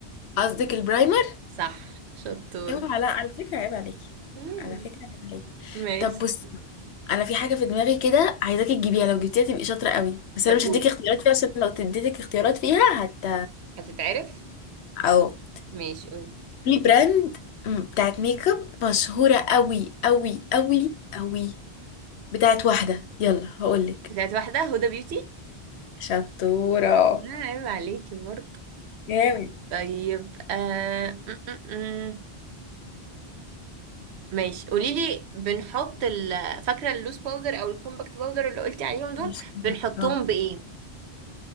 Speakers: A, on the left; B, on the right.
A: قصدك البرايمر
B: صح شطوره
A: اوعى لا على فكرة عيب عليكي
B: امم
A: على فكرة عيب عليكي
B: ماشي
A: طب بصي انا في حاجة في دماغي كده عايزاكي تجيبيها لو جبتيها تبقي شاطرة قوي بس
B: طب
A: انا مش
B: قولي
A: هديكي اختيارات فيها عشان لو اديتك اختيارات فيها هت
B: هتتعرف
A: او
B: ماشي قولي
A: في براند م، بتاعت ميك اب مشهورة قوي قوي قوي قوي بتاعت واحدة يلا هقولك
B: بتاعت واحده هدى بيوتي
A: شطورة
B: لا عيب عليكي برضه
A: جامد
B: طيب آه... م -م -م. ماشي قولي لي بنحط ال... فاكره اللوس باودر او الكومباكت باودر اللي قلتي عليهم دول
A: مش منك.
B: بنحطهم
A: اه
B: بايه